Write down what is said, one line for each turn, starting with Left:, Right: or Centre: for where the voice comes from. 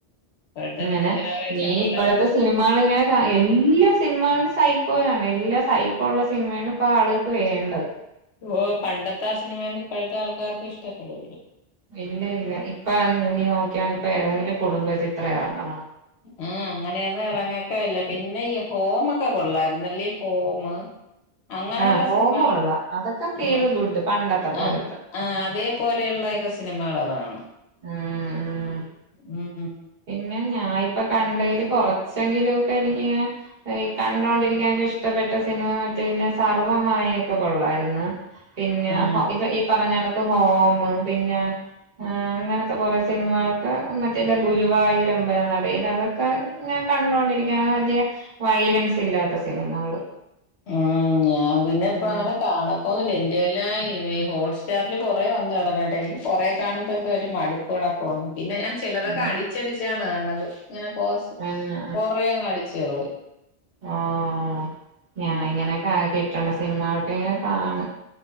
Left: ഇപ്പോഴത്തെ
Right: ങ്ങനെ
Left: ന്യൂ ജനറേഷൻ
Right: നീ
Left: പിള്ളേരൊക്കെ
Right: ഇപ്പഴത്തെ സിനിമകളിങ്ങനെ കാ എല്ലാ സിനിമകൾല് സൈക്കോയാണ്. എല്ലാ സൈക്കോ ഉള്ള സിനിമയാണ് ഇപ്പൊ ആളുകൾക്ക് വേണ്ടത്.
Left: ഓഹ് പണ്ടത്തെ ആ സിനമയൊന്നും ഇപ്പഴത്തെ ആൾക്കാർക്ക് ഇഷ്ടപ്പെടൂല.
Right: ഇല്ല ഇല്ല ഇപ്പ നീ നോക്കിയാണ് ഇപ്പൊ ഏതെങ്കിലും കുടുംബ ചിത്രം എറങ്ങണോ.
Left: ആഹ് അങ്ങനെയൊന്നും ഇറങ്ങത്തു ഇല്ല. പിന്നെ ഈ ഹോമൊക്കെ കൊള്ളായ്രുന്നല്ലേ, ഹോമ്. അങ്ങനെയുള്ള
Right: ആഹ് ഹോമം
Left: സിനിമകളൊക്കെ
Right: ഉള്ള അതൊക്കെ ഫീൽ
Left: ആഹ്
Right: ഗുഡ് പണ്ടത്തെ പോലത്തെ
Left: ആഹ് ആഹ് അതേപോലെയുള്ളയെക്കെ സിനിമകളെറങ്ങണം.
Right: ഉം ഉം
Left: ഉം ഉം.
Right: പിന്നെ ഞാൻ ഇപ്പ കണ്ടതിൽ കൊറച്ചെങ്കിലും ഒക്കെ എനിക്ക് ഇങ്ങനെ. ഈ കണ്ടുകൊണ്ടിരിക്കാനൊക്കെ ഇഷ്ടപ്പെട്ട സിനിമ മറ്റേ ന്നെ സർവ്വമായയൊക്കെ കൊള്ളായിര്ന്ന്. പിന്നെ
Left: ആഹ്
Right: ഹ ഇപ്പ ഈ പറഞ്ഞ കണ ക്ക് ഹോമ് പിന്നെ ഏഹ് അങ്ങനത്തെ കൊറെ സിനിമകളൊക്കെ മറ്റേ ഗുരുവായൂരമ്പല നടയിൽ അതൊക്കെ ഇങ്ങനെ കണ്ടോണ്ടിരിക്കാന പറ്റിയ. വയലൻസില്ലാത്ത സിനിമകള്.
Left: ഉം ഞാൻ പിന്നെ
Right: ഉം
Left: ഇപ്പൊ അങ്ങനെ കാണക്കോന്നുല്ല. എന്റെ കൈയിലാ ഈ ഹോട്ട് സ്റ്റാറില് കൊറെ വന്ന് കെടക്ക്ണണ്ട്, എനിക്ക് കൊറേ കാണുമ്പോ എന്തോ ഒരു മടു പ്പോണ പോണം പിന്നെഞാൻ. ചിലതൊക്കെ
Right: ഉം
Left: അടിച്ചടിച്ചാണ് കാൺണത് ഇങ്ങനെ പോസ്
Right: തന്നെ
Left: കൊറേ അങ് അടിച്ച് കളയും.
Right: ആഹ് ഞാ
Left: ഉം
Right: ഇങ്ങനെ കിട്ടണ സിനിമകൾ ഒക്കെ ഇങ്ങനെ കാണും.